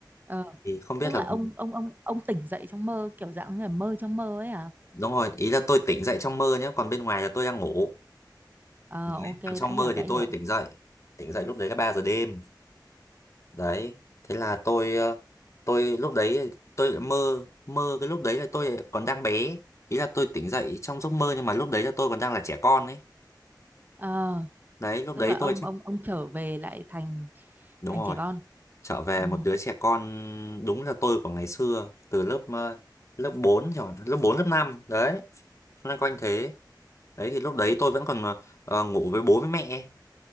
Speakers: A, on the right; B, on the left.
A: Ờ,
B: Thì không biết
A: tức
B: là
A: là ông ông ông ông tỉnh dậy trong mơ kiểu dạng như là mơ trong mơ ấy hả?
B: đúng rồi, ý là tôi tỉnh dậy trong mơ nhá, còn bên ngoài là tôi đang ngủ.
A: Ờ
B: Đấy.
A: ok,
B: Còn trong
A: đã hiểu,
B: mơ
A: đã
B: thì
A: hiểu.
B: tôi tỉnh dậy. Tỉnh dậy lúc đấy là 3 giờ đêm. đấy thế là tôi ờ, tôi lúc đấy tôi lại mơ mơ cái lúc đấy là tôi lại còn đang bé ý là tôi tỉnh dậy trong giấc mơ nhưng mà lúc đấy là tôi còn đang là trẻ con ấy
A: Ờ,
B: đấy lúc
A: tức
B: đấy
A: là ông
B: tôi chắc
A: ông ông trở về lại thành
B: đúng
A: thành
B: rồi
A: trẻ con.
B: trở về
A: Ừ.
B: một đứa trẻ con đúng là tôi của ngày xưa từ lớp ờ, lớp 4 rồi lớp 4 lớp 5 đấy loanh quanh thế đấy thì lúc đấy tôi vẫn còn ờ, ngủ với bố với mẹ